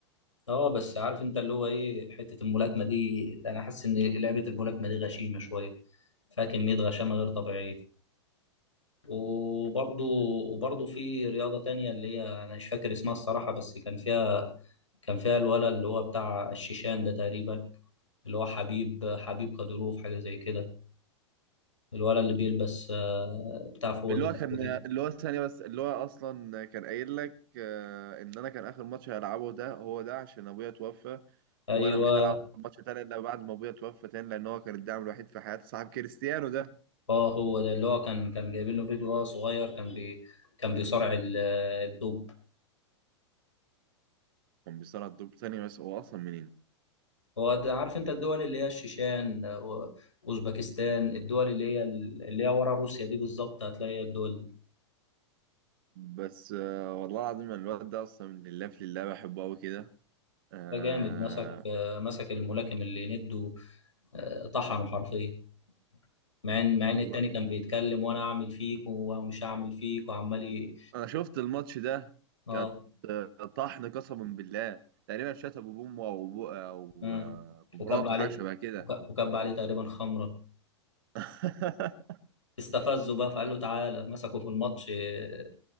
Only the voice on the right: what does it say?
اللي
هو كان
اللي هو ثانية بس اللي هو أصلا كان قايل لك آه، إن أنا كان آخر ماتش هلعبه ده هو ده عشان أبويا توفى
وأنا مش هلعب ماتش تاني إلا بعد ما أبويا توفى تاني لأن هو كان الداعم الوحيد في حياتي صاحب كريستيانو ده
كان بيصارع الدور ثانية بس هو أصلا منين
بس آه، والله العظيم يعني الواد ده أصلا من لله في لله بحبه أوي كده آه،
والله
أنا شفت الماتش ده
كانت آه، طحن قسما بالله تقريبا شات أبو بومه أو أبو أو
أو
مراته
حاجة شبه كده
<laughs>